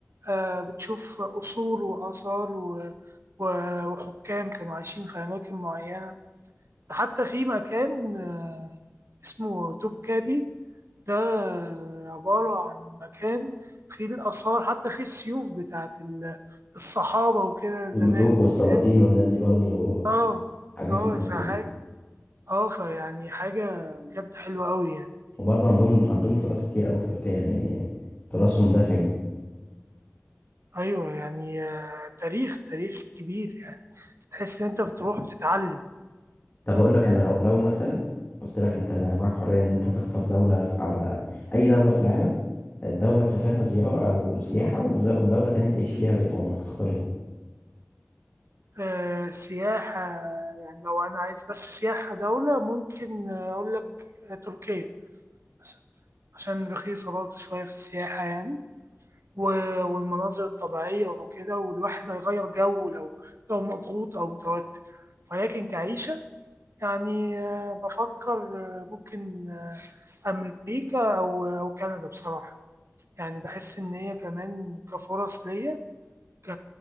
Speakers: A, on the right (about 65°); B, on the left (about 35°).
A: آه، بتشوف قصور وآثار و- و- وحكام كانوا عايشين في أماكن معينة حتى في مكان آه، اسمه توبكابي ده عبارة عن مكان فيه الآثار حتى فيه السيوف بتاعت ال- الصحابة وكده
B: الملوك
A: زمان
B: والسلاطين
A: فاهم
B: والناس دي برضو
A: اه
B: حاجتهم
A: اه
B: موجودة
A: فحاجة اه فيعني حاجة بجد حلوة أوي يعني
B: وبرضو عندهم عندهم تراث كتير أوي في تركيا يعني تراثهم دسم
A: أيوة يعني آه، تاريخ تاريخ كبير يعني تحس إن أنت بتروح بتتعلم
B: طب أقول لك أنا لو لو مثلا قلت لك أنت معاك حرية إن أنت تختار دولة في- على أي دولة في العالم دولة تسافرها زيارة أو سياحة وز- ودولة تانية تعيش فيها بقية عمرك تختار ايه؟
A: آه سياحة يعني لو أنا عايز بس سياحة دولة ممكن آه، أقول لك آه، تركيا مثلا، عشان رخيصة برضه شوية في السياحة يعني و- والمناظر الطبيعية وكده والواحد هيغير جو لو لو مضغوط أو متوتر ولكن كعيشة يعني آه، بفكر آه، ممكن آه، أمريكا أو أو كندا بصراحة يعني بحس إن هي كمان كفرص ليا ك